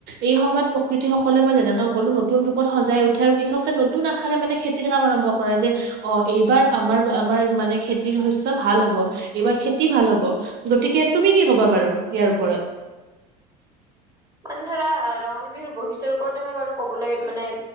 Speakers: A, on the right; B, on the right.
A: এই সময়ত প্ৰকৃতি সকলে মই যেনেকে কলো নতুন ৰূপত সজাই উঠে আৰু কৃষকে নতুন আশাৰে মানে খেতিৰ কাম আৰম্ভ কৰে যে অ এইবাৰ আমাৰ আমাৰ মানে খেতিৰ শস্য ভাল হব। এইবাৰ খেতি ভাল হ'ব গতিকে তুমি কি ক'বা বাৰু ইয়াৰ ওপৰত
B: মানে ধৰা ৰঙালী বিহুৰ বৈশিষ্ট্যৰ ওপৰতে মই বাৰু কবলৈ মানে